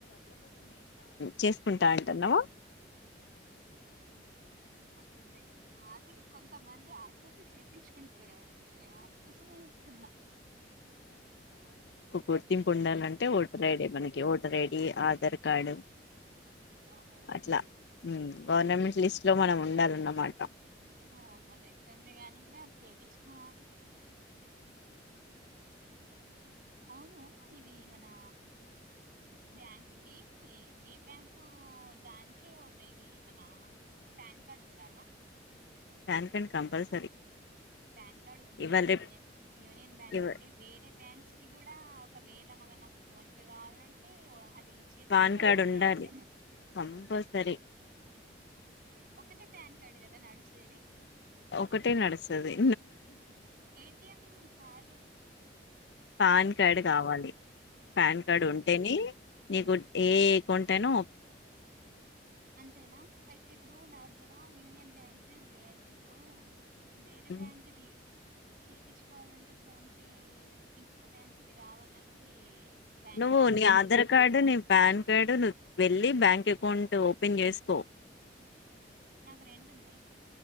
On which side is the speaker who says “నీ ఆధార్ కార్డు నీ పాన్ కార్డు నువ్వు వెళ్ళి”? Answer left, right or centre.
Left